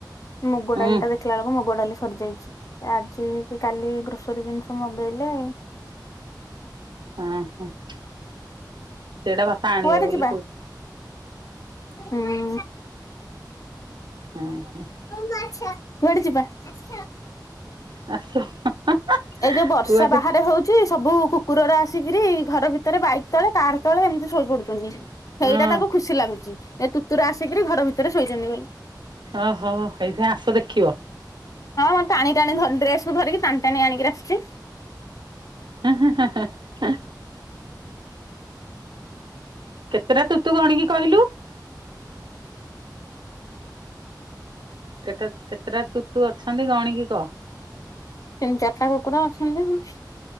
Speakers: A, on the left; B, on the right.
A: ମୁଗ
B: ହୁଁ
A: ଡାଲିଟା ଦେଖ ଦେଖିଲା ବେଳକୁ ମୁଗ ଡାଲି ସରିଯାଇଛି ଆଜି କି କାଲି ଗ୍ରୋସରୀ ଜିନିଷ ମଗେଇଲେ
B: <unintelligible> ସେଇଟା ବାପା ଆଣିବେ
A: କୁଆଡେ
B: ବୋଲି
A: ଯିବା?
B: କହୁଥିଲେ।
A: ହୁଁ।
B: <inaudible>
A: <inaudible>
B: ଆସ <unintelligible>
A: ଏଇ ଯୋଉ ବର୍ଷା
B: କୁଆଡେ
A: ବାହରି ହଉଛି ସବୁ କୁକୁରର ଆସିକିରି ଘର ଭିତରେ ବାଇକ ତଳେ କାର ତଳେ ଏମିତି ଶୋଇ ପଡୁଛନ୍ତି। ସେଇଟା
B: ହଁ
A: ତାକୁ ଖୁସି ଲାଗୁଛି ଯେ କୁକୁର ଆସିକରି ଘର ଭିତରେ ଶୋଇଛନ୍ତି ବୋଲି।
B: ଓହୋ ଏଇଥିାଇ ଆସ ଦେଖିବ <unintelligible>
A: ହଁ ଟାଣି ଟାଣି ଡ୍ରେସ କୁ ଧରିକି ଟାଣି ଟାଣି ଆଣିକି ଆସିୁଛି।
B: ହ ହଁ କେତେଟା ତୁତୁ ଗଣିକି କହିଲୁ? କେତେ କେତେଟା ତୁତୁ ଅଛନ୍ତି ଗଣିକି କହ।
A: ତିନି ଚାରିଟା କୁକୁର ଅଛନ୍ତି